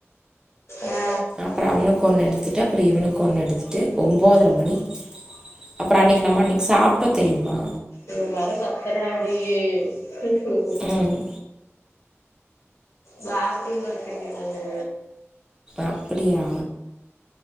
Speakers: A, on the left; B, on the right.
A: ஆ
B: அப்புற அவனு கொண்ணு எடுத்துட்டு அப்பறோ ஈவனுக்கு ஒன்னு எடுத்துகிட்டு ஒன்ம்போதரை மணி அப்றோ அன்னைக்கு நம்ம அன்னைக்கு சாப்பிட்டோ தெரியுமா
A: இ வர கத்துராடி அய்யோ
B: ம்
A: பாத்ரூம்ல இருக்கேண்டி நானு
B: அப்படியா